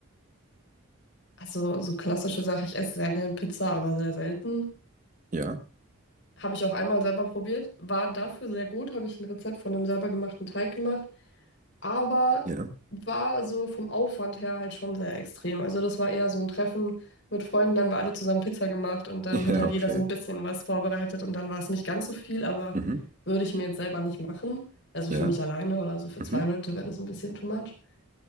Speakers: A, on the left; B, on the right.
A: Also, so klassische Sache, ich esse sehr gern Pizza, aber sehr selten.
B: Ja.
A: Habe ich auch einmal selber probiert, war dafür sehr gut, habe ich ein Rezept von einem selber gemachten Teig gemacht. aber
B: Ja.
A: war so vom Aufwand her halt schon sehr extrem. Also das war eher so ein Treffen mit Freunden, dann haben wir alle zusammen Pizza gemacht und dann
B: <laughs>
A: hat
B: Ja,
A: halt
B: okay.
A: jeder so ein bisschen was vorbereitet und dann war es nicht ganz so viel, aber
B: Mhm.
A: würde ich mir jetzt selber nicht machen. Also
B: Ja.
A: für mich alleine oder so für
B: Mhm.
A: zwei Leute wäre das ein bisschen too much.